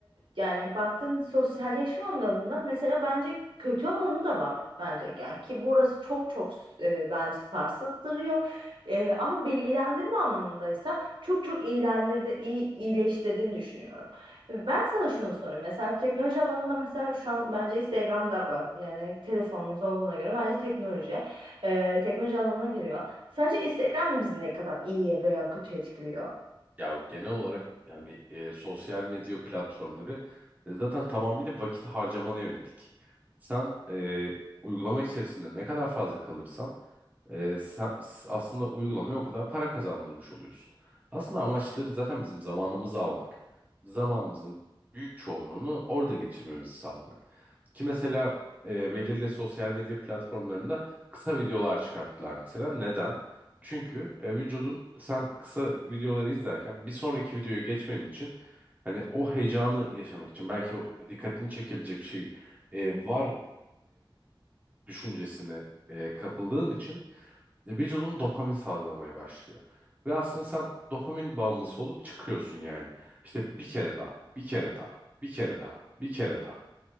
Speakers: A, on the right; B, on the right.
A: yani baktığın sosyalleşme anlamında mesela bence kötü alanı da var bence yani ki burası çok çok e, bence sarsıttırıyor E, ama bilgilendirme anlamındaysa çok çok iyilendirdi iyi iyileştirdiğini düşünüyorum. Ben sana şunu sorayım mesela teknoloji alanında mesela şu an bence Instagram'da bu. yani telefonumuz olduğuna göre bence teknoloji e, teknoloji alanına giriyor. Sence Instagram bizi ne kadar iyiye veya kötü etkiliyor?
B: Ya genel olarak yani e, sosyal medya platformları e, zaten tamamıyla vakit harcamana yönelik. Sen e, uygulama içerisinde ne kadar fazla kalırsan ee, sa- s- aslında uygulamaya o kadar para kazandırmış oluyorsun. Aslında amaçları zaten bizim zamanımızı almak. Zamanımızın büyük çoğunluğunu orada geçirmemizi sağlamak. Ki mesela e, belirli sosyal medya platformlarında kısa videolar çıkarttılar mesela. Neden? Çünkü e, vücudun sen kısa videoları izlerken bir sonraki videoya geçmenin için hani o heyecanı yaşamak için belki o dikkatini çekebilecek bir şey e, var düşüncesine e, kapıldığın için e, vücudun dopamin salgılamaya başlıyor. Ve aslında sen dopamin bağımlısı olup çıkıyorsun yani. İşte bir kere daha, bir kere daha, bir kere daha, bir kere daha.